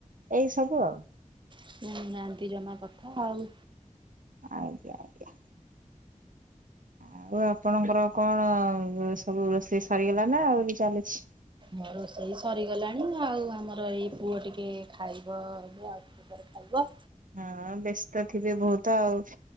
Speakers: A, on the right (about 80°); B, on the right (about 35°).
A: ଏଇ ସବୁ ଆଉ।
B: ଶୁଣୁ ନାହାନ୍ତି ଜମା କଥା ଆଉ।
A: ଆଜ୍ଞା ଆଜ୍ଞା! ଆଉ ଆପଣଙ୍କର କଣ ସବୁ ରୋଷେଇ ସରିଗଲାଣି ନା ଆହୁରି ଚାଲିଚି।
B: ହଁ ରୋଷେଇ ସରିଗଲାଣି ଆଉ ଆମର ଏଇ ପୁଅ ଟିକେ ଖାଇବ ଏବେ ଆଉ। ଘରେ ଖାଇବ।
A: ହଁ ବେସ୍ତ ଥିବେ ବହୁତ ଆଉ।